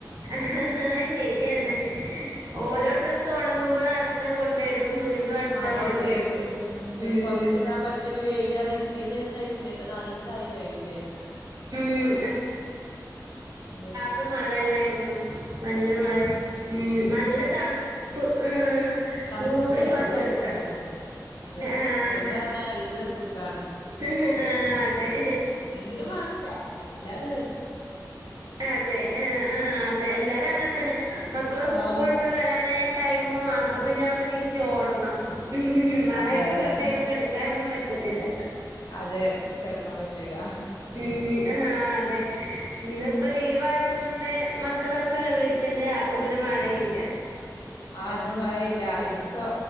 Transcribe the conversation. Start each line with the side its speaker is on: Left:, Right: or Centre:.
Right: <unintelligible> ശരിയാണ്
Left: പക്ഷെ
Right: ഓരോ ഡ്രസ്സ് ഉണങ്ങുമ്പഴും
Left: അത്
Right: അട്ത്തത് കൊണ്ടേടും വീണ്ടും ണ്ടും അടുത്ത
Left: ആ
Right: ഉണക്കി
Left: കൊണ്ടേയിടും
Right: എടുക്കും
Left: ഉം, ഇപ്പൊ
Right: ഉം
Left: ഈ <unintelligible> വെയില് കാരണം ഇത്രയും ദിവസായിട്ടില്ല ഇപ്പൊ നാലീസ് <unintelligible> ഇല്ലായിരുന്നു
Right: ഉം
Left: അത
Right: ഇടെ മഴയല്ലായിരുന്നോ നല്ല മഴ ഉം നല്ല തണുപ്പ് ഉം
Left: തണുപ്പുണ്ട്
Right: മൂടി
Left: നല്ല
Right: പൊതച്ച്
Left: തണുപ്പുണ്ടായിരുന്നു.
Right: കെടുക്ക
Left: അതെ
Right: ആഹ്
Left: കിടന്നുറങ്ങാൻ നല്ല സുഖാണ്.
Right: <unintelligible> ആഹ് അതെ <unintelligible>
Left: എങ്കിലും വേണം ഫാൻ ഇല്ലാതെ കിട
Right: അതെ ആഹ് ആഹ് അതെ എല്ലാരും അങ്ങനെ തന്നെ മക്കളെ
Left: ആഹ്
Right: സ്കൂൾ ഇത്ത വരാനായ ടൈമ് അപ്പ പിന്നെ അവിടുന്ന് നീച് ഓടണം <unintelligible> മണായിട്ട്
Left: അതെ അതെ
Right: ഫുൾ ടൈം കെടക്കാനൊന്നും പറ്റത്തില്ല
Left: അതെ കെടക്കാൻ പറ്റൂല്ലാ
Right: ഉം അഹാ അതെ ഇന്നിപ്പോ ലീവ് ആയതുകൊണ്ട് മക്കളൊക്കെ വീട്ടിലുണ്ട് അപ് അപ്പപ്പിന്നെ മഴയില്ല
Left: ആഹ് ഇന്നു മഴയില്ല. ഇന്നിപ്പോ